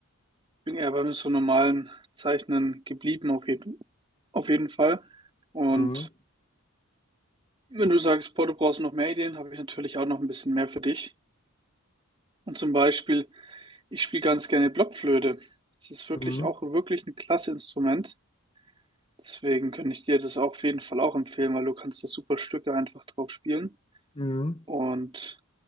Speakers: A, on the right; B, on the left.
A: Ich bin eher beim so normalen Zeichnen geblieben auf jeden, auf jeden Fall. Und
B: Mhm.
A: wenn du sagst, boah, du brauchst noch mehr Ideen, habe ich natürlich auch noch ein bisschen mehr für dich. Und zum Beispiel Ich spiele ganz gerne Blockflöte. Das ist wirklich
B: Mhm.
A: auch wirklich ein klasse Instrument. Deswegen könnte ich dir das auch auf jeden Fall auch empfehlen, weil du kannst da super Stücke einfach drauf spielen
B: Mhm.
A: und